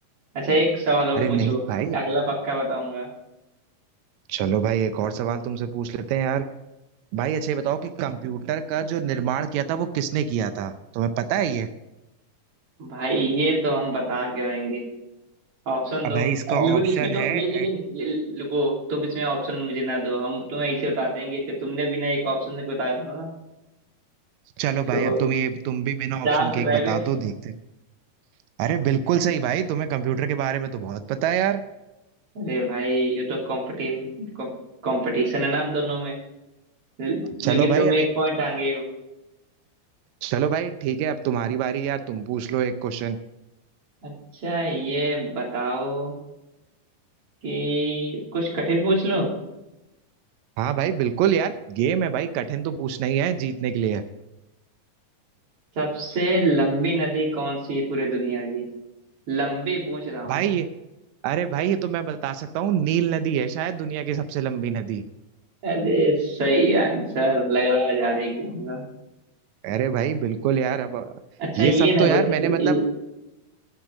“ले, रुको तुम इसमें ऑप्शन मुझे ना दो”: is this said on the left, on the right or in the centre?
Right